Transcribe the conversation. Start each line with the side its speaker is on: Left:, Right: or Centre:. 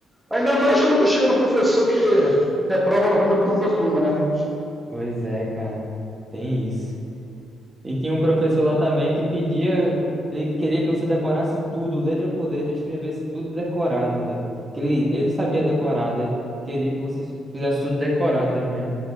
Centre: Ainda mais quando chega no professor que reprova 90% da turma, né?
Right: Pois é, cara. Tem isso. E tinha um professor lá também que pedia, ele queria que você decorasse tudo, letra por letra, escrevesse tudo decorado, velho. Que ele, ele sabia decorar, daí ele queria que você fizesse tudo decorado também.